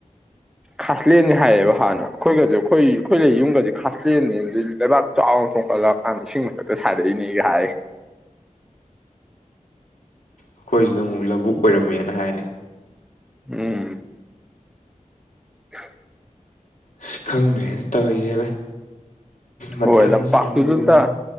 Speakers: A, in the centre; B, on the left (about 65°).
A: ꯈꯥꯁꯂꯦꯟꯅꯤ ꯍꯥꯏꯌꯦꯕ ꯍꯥꯟꯅ ꯑꯈꯣꯏꯒꯖꯦ ꯈꯣꯏ ꯈꯣꯏ ꯂꯩ ꯌꯨꯝꯒꯖꯦ ꯈꯥꯁꯂꯦꯟꯅꯤ ꯂꯩꯕꯥꯛ ꯆꯥꯎꯅ ꯊꯣꯡꯀꯠꯂꯛꯑꯀꯥꯟꯗ ꯏꯁꯤꯡ ꯃꯊꯛꯇ ꯁꯥꯔꯛꯏꯅꯦꯒ ꯍꯥꯏ
B: ꯑꯈꯣꯏꯖꯤꯅ ꯑꯃꯨꯛ ꯂꯧꯕꯨꯛ ꯑꯣꯏꯔꯝꯃꯦꯅ ꯍꯥꯏ
A: ꯎꯝ <unintelligible>
B: ꯑꯁ ꯈꯪꯗ꯭ꯔꯦꯅꯦ ꯇꯧꯏ ꯖꯦ ꯚꯥꯏ ꯃꯇꯝꯁꯤ
A: ꯍꯣꯏ ꯂꯝꯄꯥꯛꯇꯨꯗꯨꯝꯇ
B: ꯂꯨꯝ ꯂꯨꯔꯦ